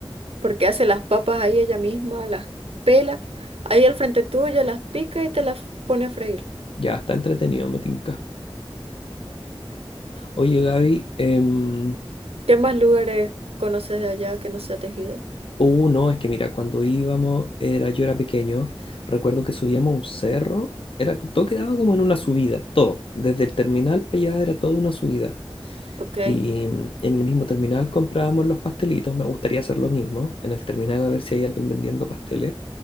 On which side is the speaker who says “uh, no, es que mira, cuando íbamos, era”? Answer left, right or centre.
Left